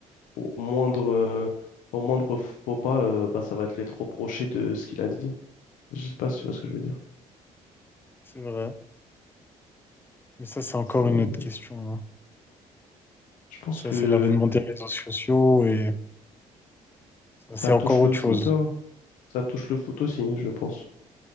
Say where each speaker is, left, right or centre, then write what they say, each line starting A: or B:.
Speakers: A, on the left; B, on the left.
A: au au moindre, euh, au moindre faux pas, euh, bah, ça va te l'être reproché de ce qu'il a dit. Je sais pas si tu vois ce que je veux dire.
B: C'est vrai. Mais ça, c'est encore
A: C'est-
B: une autre question. hein.
A: Je pense
B: Ça,
A: que
B: c'est l'avènement des réseaux sociaux et ça,
A: ça
B: c'est encore
A: touche
B: autre
A: le foot,
B: chose.
A: hein. Ça touche le foot aussi, je pense.